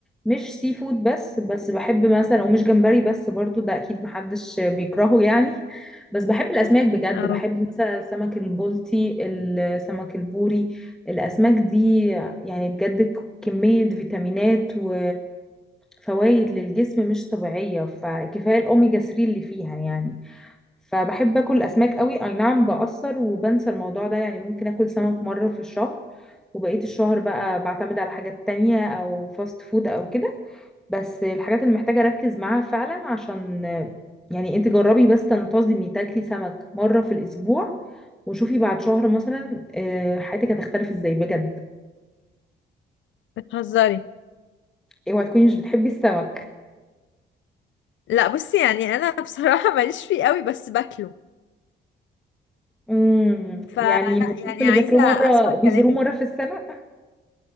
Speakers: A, in the centre; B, on the left (about 70°).
A: مش سي فود بس بس بحب مثلا ومش جمبري بس برضو ده أكيد محدش بيكرهه يعني بس بحب الأسماك بجد
B: اه
A: بحب مثلا السمك البلطي السمك البوري الأسماك دي يعني بجد كمية فيتامينات و فوائد للجسم مش طبيعية فكفاية الأوميجا 3 اللي فيها يعني فبحب أكل أسماك قوي أي نعم بأثر وبنسى الموضوع ده يعني ممكن أكل سمك مرة في الشهر وبقية الشهر بقى بعتمد على حاجات تانية أو فاست فود أو كده بس الحاجات اللي محتاجة أركز معاها فعلا عشان يعني أنت جربي بس تنتظمي تاكلي سمك مرة في الأسبوع وشوفي بعد شهر مثلا آه، حياتك هتختلف ازاي بجد
B: بتهزري
A: اوعي تكوني مش بتحبي السمك
B: لا بصي يعني انا <laughs> بصراحة ماليش فيه قوي بس باكله
A: امم
B: فلا
A: يعني من الناس
B: يعني
A: اللي
B: عايزة
A: بياكلوه مرة
B: اسمع
A: بيزوروه
B: كلامك
A: مرة في السنة